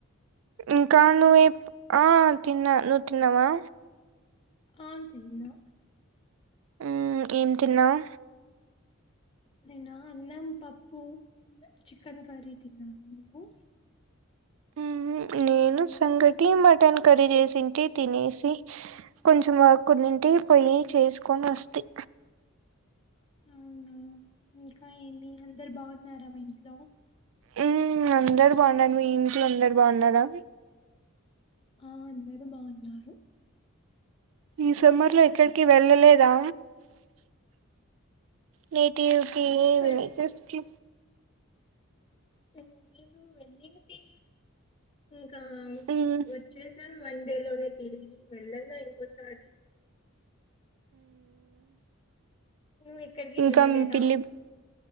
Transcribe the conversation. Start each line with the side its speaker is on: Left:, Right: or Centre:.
Right: ఇంకా నువ్వేం ఆ తిన్న నువ్ తిన్నవా
Left: ఆమ్ తిన్నా
Right: ఉమ్ ఏం తిన్నావు
Left: నేనా అన్నం పప్పు చికెన్ కర్రీ తిన్నాను నువ్వు
Right: ఉహు నేను సంగటి మటన్ కర్రీ జేసింటి తినేసి కొంచం అక్కడి నుంటి పోయి చేస్కొని వస్తి
Left: అవునా ఇంకా ఏమి అందరు బాగున్నారా మీ ఇంట్లో
Right: ఉమ్మ్ అందరు బావున్నారు మీ ఇంట్లో అందరు బావున్నారా
Left: ఆ అందరు బాగున్నారు
Right: ఈ సెమ్మర్ లో ఎక్కడికి వెళ్ళలేదా నేటివ్కి
Left: ఇక్కడ
Right: విలేజెస్కీ
Left: ఆ నేను వెల్లింటి ఇంకా
Right: మ్మ్
Left: వచ్చేసాను వన్ డే లోనే తిరిగి వెళ్ళలే ఇంకోసారి నువ్వు ఎక్కడికి
Right: ఇంకం
Left: వెళ్ళలేదా
Right: పిల్లి